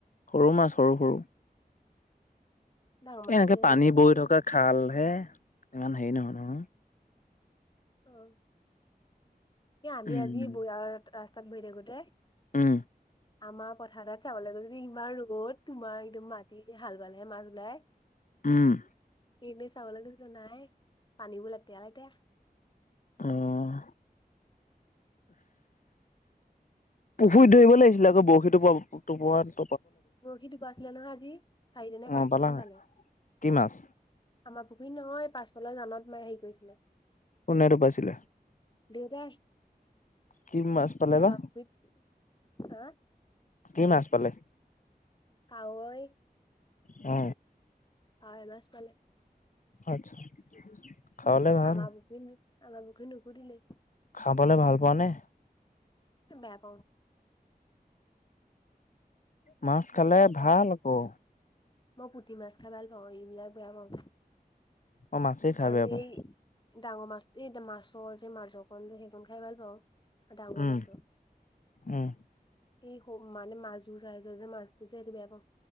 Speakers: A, on the left; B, on the left.
A: সৰু মাছ সৰু সৰু
B: ডাঙৰ মাছতকে
A: এ এনেকে পানী
B: এনেকুৱা বাছি
A: বৈ থকা
B: যায়
A: খালহে ইমান হেৰি নহয় নহয়
B: আহ এ আমি
A: উম
B: আজি ৰাস্তাত গৈ থাকোতে
A: উম
B: আমাৰ পথাৰত চাব লাগিব যদি ইমান ৰদ তোমাৰ একদম মাটি হাল ভালহে মাছ ওলাই
A: উম
B: এইপিনে চাবলৈ গৈছিলোঁ নাই পানীবোৰ লেতেৰা লেতেৰা
A: অহ পুখুৰীত
B: চব
A: ধৰিব
B: পানী
A: লাগিছিলে আকৌ বৰশীটো টোপাত
B: বৰশী টোপাই চিলে নহয় আজি চাৰিটা নে
A: অ
B: পাঁচটামান
A: পালা হয়
B: পালে
A: কি মাছ
B: আমাৰ পুখুৰীত নহয় পাছফালৰ জানত মাই হেৰি কৰিছিলে
A: কোনে টোপাইছিলে।
B: দেউতাই
A: কি মাছ পালে
B: আমাৰ
A: বা
B: পুখুৰীত হা
A: কি মাছ পালে
B: কাৱৈ
A: হ
B: কাৱৈ মাছ পালে
A: আচ্ছা খাবলে ভাল
B: আমাৰ বৰখিত আমাৰ বৰখিত নোখোটিলে
A: খাবলে ভাল পোৱা নে
B: বেয়া পাও
A: মাছ খালে
B: বেয়া পাওঁ
A: ভাল আকৌ
B: মই পুঠি মাছ খাই ভাল পাওঁ এইবিলাক বেয়া পাওঁ
A: অ মাছেই খাই
B: আৰু
A: বেয়া পাও
B: এই ডাঙৰ মাছ এই মাছৰ যে মাছকণ যে সেইকণ খাই ভাল পাওঁ ডাঙৰ
A: উম
B: মাছো
A: উম
B: এই মানে মাছ যো যি মাছটো যে সেটো বেয়া পাও